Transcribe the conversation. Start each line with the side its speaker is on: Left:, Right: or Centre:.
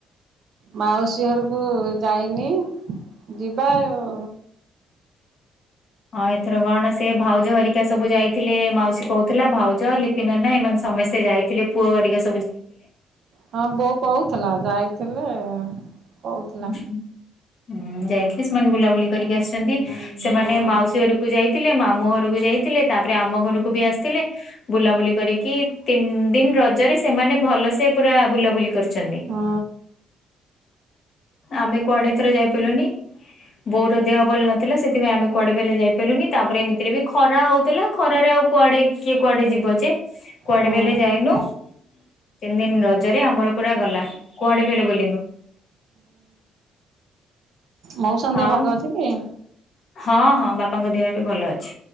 Right: ମାଉସୀ ଘରକୁ ଯାଇନି। ଯିବା ଆ ଓ
Left: ହଁ ଏଥର କଣ ସେ ଭାଉଜ ହରିକା ସବୁ ଯାଇଥିଲେ ମାଉସୀ କହୁଥିଲା ଭାଉଜ ଲିପି ନାନା ଏମାନେ ସବୁ ସମସ୍ତେ ଯାଇଥିଲେ ପୁଅ ଗରିକା
Right: ହଁ ବୋଉ କହୁଥିଲା ଯାଇଥିଲେ। କହୁଥିଲା।
Left: ହୁଁଁ ଯାଇଥିଲି ସେ ମାନେ ବୁଲାବୁଲି କରିକି ଆସିଛନ୍ତି
Right: ହୁଁ
Left: ସେମାନେ
Right: ହଁ
Left: ମାଉସୀ ଘରକୁ ଯାଇଥିଲେ ମାମୁଁ ଘରକୁ ଯାଇଥିଲେ ତାପରେ ଆମ ଘରକୁ ବି ଆସିଥିଲେ। ବୁଲାବୁଲି କରିକି ତିନି ଦିନ ରଜରେ ସେମାନେ ଭଲ ସେ ପୁରା ବୁଲାବୁଲି କରିଛନ୍ତି। <inaudible>
Right: ହଁ
Left: ଆମେ କୁଆଡେ ଥରେ ଯାଇପାରିଲୁନି ବୋଉର ଦେହ ଭଲ ନ ଥିଲା ସେଥିପାଇଁ ଆମେ କୁଆଡେ ବଲେ ଯାଇ ପାରିଲୁି ତାପରେ ଏମିତିରେ ବି ଖରା ହଉଥିଲା ଖରାରେ ଆଉ କୁଆଡେ କିଏ କୁଆଡେ ଯିବ ଯେ କୁଆଡେ
Right: ହଁ
Left: ବେଲେ ଯାଇନୁ ତିନି ଦିନ ରଜରେ ଆମର ପୁରା ଗଲା କୁଆଡେ ବି ହେଲେ ବୁଲିନୁ।
Right: ମଉଶା ଙ୍କ ଦେହ
Left: ଆଉ
Right: ବାଗ ଅଛି ଟି?
Left: ହଁ ହଁ ବାପାଙ୍କ ଦେହ ବି ଭଲ ଅଛି